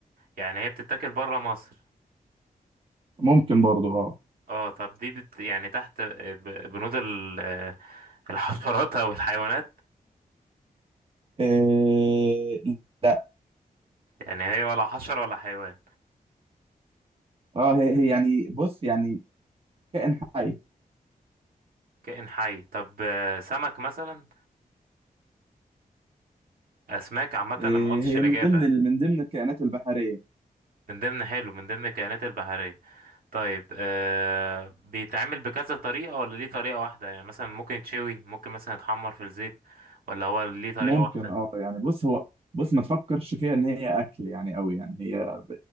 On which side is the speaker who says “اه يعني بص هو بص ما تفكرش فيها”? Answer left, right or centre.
Right